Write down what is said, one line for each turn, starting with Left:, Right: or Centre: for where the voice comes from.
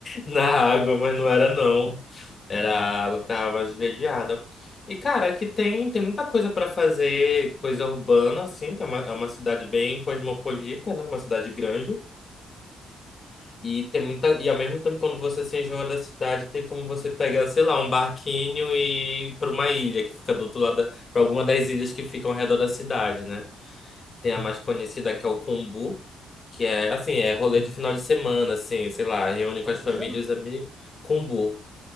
Left: na água, mas não era não. Era a água que tava mais esverdeada. E, cara, aqui tem, tem muita coisa para fazer, coisa urbana, assim, que é uma, é uma cidade bem cosmopolita, né? Uma cidade grande. E tem muita. E ao mesmo tempo, quando você se enjoa da cidade, tem como você pegar, sei lá, um barquinho e ir para uma ilha que fica do outro lado, para alguma das ilhas que ficam ao redor da cidade, né? Tem a mais conhecida que é o Cumbu, que é assim, é rolê de final de semana, assim, sei lá, reúne com
Right: Como
Left: as
Right: se
Left: famílias
Right: chama?
Left: e os amigos. Cumbu,